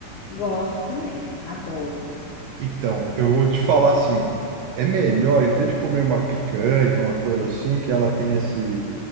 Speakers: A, on the left; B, on the right.
A: Gosto também, adoro.
B: Então, eu vou te falar assim, é melhor, em vez de comer uma picanha, uma coisa assim, que ela tem esse